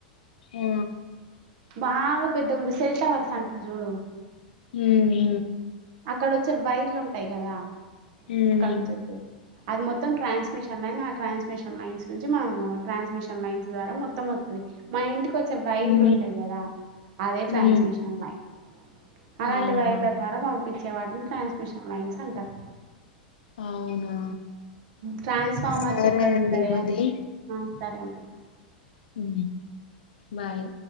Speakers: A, on the left; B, on the right.
A: ఉ
B: బాగా పెద్దగా ఉంటది చూడు సెల్ టవర్స్ అంటారు చూడు
A: ఉ ఉ
B: అక్కడ వచ్చే వైర్లు ఉంటాయి కదా
A: ఉమ్
B: అక్కడ నుంచి వచ్చేది అది మొత్తం ట్రాన్స్మిషన్ లైన్ ఆ ట్రాన్స్మిషన్ లైన్స్ నుంచి మనం ట్రాన్స్మిషన్ లైన్స్ ద్వారా మొత్తం మా ఇంటికి వచ్చే వైర్లు
A: ఉమ్ ఉమ్
B: ఉంటాయి కదా అదే ట్రాన్స్మిషన్
A: ఉమ్
B: లైన్ అలాంటి
A: అవునా
B: వైర్ల ద్వారా పంపించే వాటిని ట్రాన్స్మిషన్ లైన్స్ అంటారు
A: అవునా
B: ట్రాన్స్ఫార్మర్స్
A: సరే
B: ఎక్కడ
A: అండి
B: ఉంటాయా
A: మరి
B: ఉ సరే మేడం
A: ఉ బాయ్